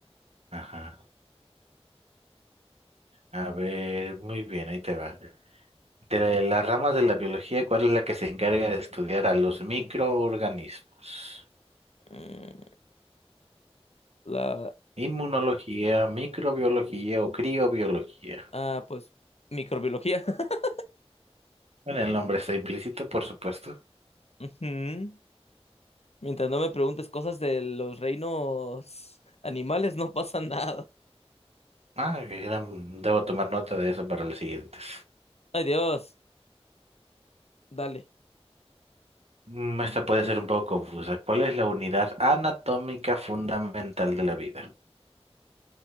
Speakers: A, on the right (about 75°); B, on the left (about 70°).
A: Ajá. A ver, muy bien, ahí te va. De las ramas de la biología, ¿cuál es la que se encarga de estudiar a los microorganismos?
B: mm, La.
A: Inmunología, microbiología o criobiología.
B: Ah, pues, microbiología. <laughs>
A: Bueno, el nombre está implícito, por supuesto.
B: Ujú. Mientras no me preguntes cosas de los reinos animales, no pasa nada.
A: Ah, qué gran- debo tomar nota de eso para los siguientes.
B: Ay, Dios, dale.
A: Mm, Esta puede ser un poco confusa. ¿Cuál es la unidad anatómica fundamental de la vida?